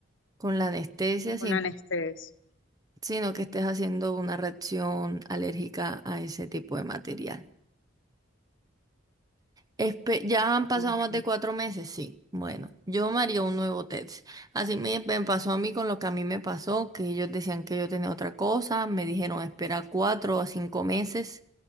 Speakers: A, on the right; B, on the left.
A: con la anestesia,
B: Con
A: sin-
B: la anestesia.
A: sino que estés haciendo una reacción alérgica a ese tipo de material. Espe- ya han pasado
B: Ok.
A: más de cuatro meses, sí. Bueno, yo me haría un nuevo test. Así me, me pasó a mí con lo que a mí me pasó, que ellos decían que yo tenía otra cosa, me dijeron espera cuatro a cinco meses